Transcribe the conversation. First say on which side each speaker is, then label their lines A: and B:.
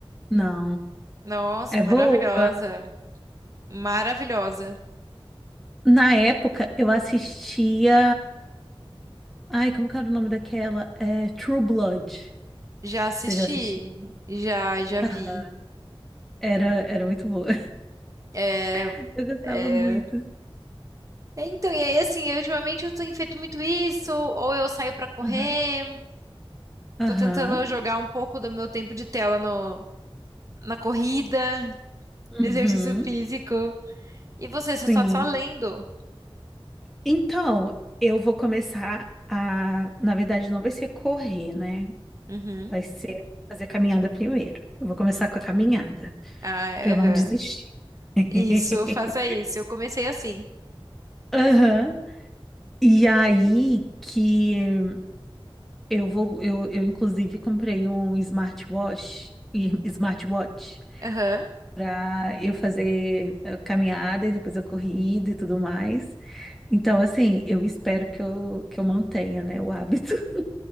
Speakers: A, in the centre; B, on the right (about 35°).
A: Não.
B: Nossa,
A: É
B: maravilhosa.
A: boa?
B: Maravilhosa.
A: Na época, eu assistia. Ai, como que era o nome daquela? É, True Blood.
B: Já assisti.
A: Você já assistiu?
B: Já, já vi.
A: Aham. Era, era muito boa.
B: É,
A: <laughs> Eu gostava
B: é.
A: muito.
B: Então, e aí, assim, eu, ultimamente eu tenho feito muito isso, ou eu saio pra correr.
A: Aham. Aham.
B: Tô tentando jogar um pouco do meu tempo de tela no, na corrida,
A: Uhum.
B: no exercício físico. E você, você
A: Sim.
B: tá só lendo?
A: Então, eu vou começar a. Na verdade, não vai ser correr, né?
B: Uhum.
A: Vai ser fazer caminhada primeiro. Eu vou começar com a caminhada,
B: Ah,
A: para eu
B: aham.
A: não desistir. <laughs>
B: Isso, faça isso. Eu comecei assim.
A: Aham. E aí que eu vou. Eu, eu, inclusive, comprei um smartwatch. e- Smartwatch.
B: Aham.
A: para eu fazer eh, caminhada e depois a corrida e tudo mais. Então, assim, eu espero que eu, que eu mantenha, né, o hábito. <laughs>